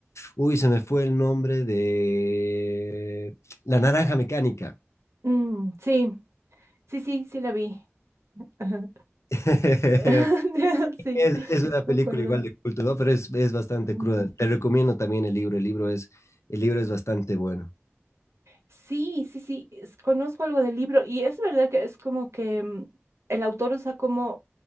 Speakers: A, on the left; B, on the right.
A: uy, se me fue el nombre de La Naranja Mecánica.
B: Mm, sí, Sí, sí, sí la vi. Ajá.
A: <laughs>
B: <laughs> Sí,
A: Es, es una película
B: me acuerdo.
A: igual de culto, ¿no? Pero es, es bastante
B: Mm.
A: cruda. Te recomiendo también el libro, el libro es, el libro es bastante bueno.
B: Sí, sí, sí, es- conozco algo del libro y es verdad que es como que mm, el autor usa como